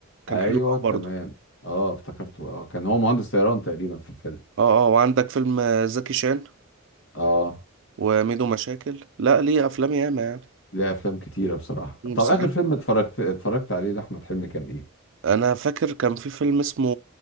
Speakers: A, on the right (about 60°); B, on the left (about 55°).
A: كان
B: ايوه
A: حلو قوي
B: تمام
A: برضه
B: اه افتكرته اه كان هو مهندس طيران تقريبا في الفيلم
A: اه اه وعندك فيلم آه، زكي شان
B: اه
A: وميدو مشاكل لا ليه افلام ياما يعني
B: ليه افلام كتيره بصراحه طب
A: بصراحه
B: اخر فيلم اتفرجت اتفرجت عليه لاحمد حلمي كان ايه
A: انا فاكر كان في فيلم اسمه